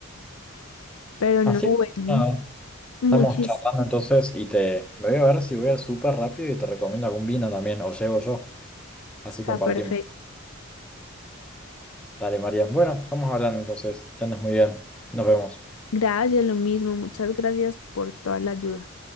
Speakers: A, on the left; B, in the centre.
A: Pero
B: Así
A: no, bueno,
B: que nada,
A: muchis
B: estamos charlando entonces y te me voy a ver si voy al súper rápido y te recomiendo algún vino también, o llevo yo. Así
A: está
B: compartimos.
A: perfecto.
B: Dale, Marian. Bueno, estamos hablando entonces. Que andes muy bien. Nos vemos.
A: Gracias, lo mismo, muchas gracias por toda la ayuda.